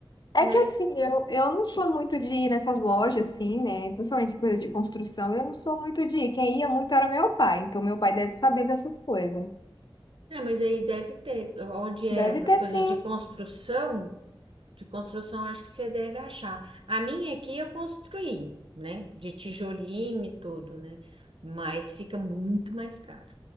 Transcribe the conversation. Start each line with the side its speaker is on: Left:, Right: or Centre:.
Left: É
Right: né?
Left: que assim, eu, eu não sou muito de ir nessas lojas, assim, né? Principalmente coisa de construção, eu não sou muito de ir. Quem ia muito era meu pai, então meu pai deve saber dessas coisas.
Right: É, mas aí deve ter, onde é
Left: Deve
Right: essas
Left: ter
Right: coisas
Left: sim.
Right: de construção, de construção acho que você deve achar. A minha aqui eu construí, né? De tijolinho e tudo, né? Mas fica muito mais caro.